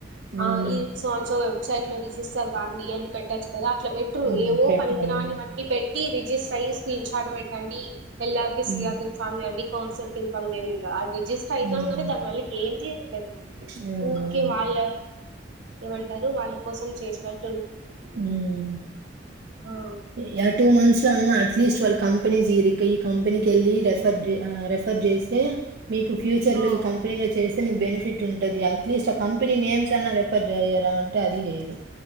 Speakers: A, on the right; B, on the right.
A: హ్మ్.
B: ఆహ్ ఇది సో అన్ సో. సైట్ లో డిజిస్టర్ గాదు ఇయని పెట్టచ్చు కదా అట్లా బెట్టు
A: హ్మ్.
B: ఏవో
A: పెట్టాలి.
B: పనికిరానివి అన్ని. పెట్టి రిజిస్టర్ అయ్యి స్క్రీన్ షార్ట్ పెట్టండి ఎల్లార్కి
A: హ్మ్.
B: సిఆర్కి ఇన్ఫార్మ్ చేయండి. కౌన్సల్ కి ఇన్ఫర్మ్ చేయండి ఇంగ ఆది రిజిస్టర్ అయితాం
A: హ్మ్.
B: గాని దాని వల్ల ఎంది <unintelligible>
A: హ్మ్.
B: ఊరికె
A: అవును.
B: వాళ్ళ ఏమంటారు వాళ్ళ కోసం చేసినట్.
A: ఉమ్
B: ఆ
A: యా టూ మంత్స్. అన్న అట్లీస్ట్ వాల్ కంపెనీ జిడీ కెళ్ళి ఈ కంపెనీకి వెళ్ళి రెఫర్ ఆహ్ రెఫర్ చేస్తే. మీకు ఫ్యూచర్
B: ఆ
A: లో ఈ కంపెనీలో చేస్. కంపెనిక్ బెనిఫిట్ ఉంటది అట్లీస్ట్ ఆ కంపెనీ నేమ్స్ అన్నా రిఫర్ చెయ్యరా అంటే అది చెయ్యరు.